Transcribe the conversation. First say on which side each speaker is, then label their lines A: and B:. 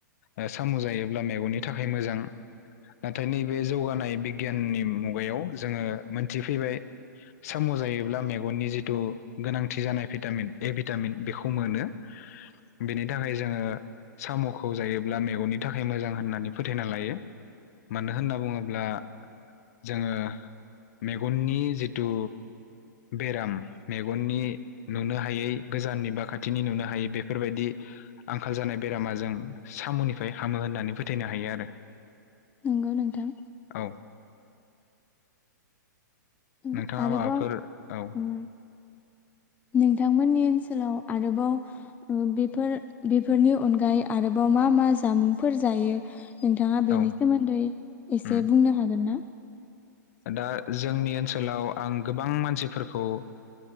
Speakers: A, on the left; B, on the left.
A: ओ सामु जायोब्ला मेगननि थाखाय मोजां नाथाय नैबे जौगानाय बिगियाननि मुगायाव जोङो मोनथिफैबाय सामु जायोब्ला मेगननि जिथु गोनांथि जानाय भिटामिन एभिटामिन बेखौ मोनो बेनि थाखाय जोङो सामुखौ जायोब्ला मेगननि थाखाय मोजां होननानै फोथायना लायो मानो होनना बुङोब्ला जोङो मेगननि जिथु बेराम मेगननि नुनो हायै गोजाननि बा खाथिनि नुनो हायि बेफोरबायदि आंखाल जानाय बेरामा जों सामुनिफ्राय हामो होननानै फोथायनो हायो आरो
B: नंगौ नोंथां
A: औ
B: ओ
A: नोंथाङा
B: आरोबाव
A: माबाफोर औ
B: उम नोंथांमोननि ओनसोलाव आरोबाव बेफोर बेफोरनि अनगायै आरोबाव मा मा जामुंफोर जायो। नोंथाङा बेनि
A: औ
B: सोमोन्दै एसे
A: उम
B: बुंनो हागोन ना
A: दा जोंनि ओनसोलाव आं गोबां मानसिफोरखौ ओ